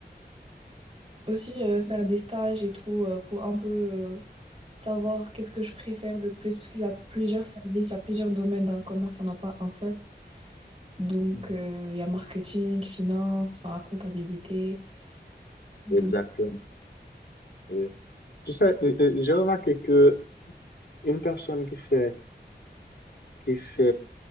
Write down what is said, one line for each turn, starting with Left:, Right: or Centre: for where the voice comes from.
Right: Aussi euh, faire des stages et tout euh, pour un peu euh, savoir qu'est-ce que je préfère le plus, parce qu'il y a plusieurs services, il y a plusieurs domaines dans le commerce, il n'y en a pas un seul. Donc
Left: Mhm.
Right: euh, il y a marketing, finance, enfin comptabilité. Donc
Left: Exactement. Oui. Tu sais, euh, euh, j'ai remarqué que une personne qui fait, qui fait,